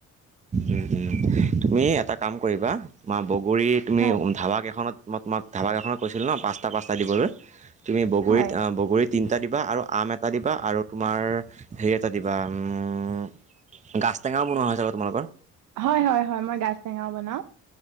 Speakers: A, on the right; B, on the right.
A: উম হম তুমি এটা কাম কৰিবা তোমাৰ বগৰী তুমি
B: হয়
A: ধাবাকেইখনত মই তোমাক ধাবাকেইখনত কৈছিলো ন' পাঁচটা পাঁচটা দিবলৈ তুমি বগৰীত
B: হয়
A: অ' বগৰীত তিনিটা দিবা আৰু আম এটা দিবা আৰু তোমাৰ হেৰি এটা দিবা উমম গাজ টেঙাও বনোৱা চাগে তুমালোকৰ?
B: হয়-হয়-হয় মই গাজ টেঙাও বনাওঁ।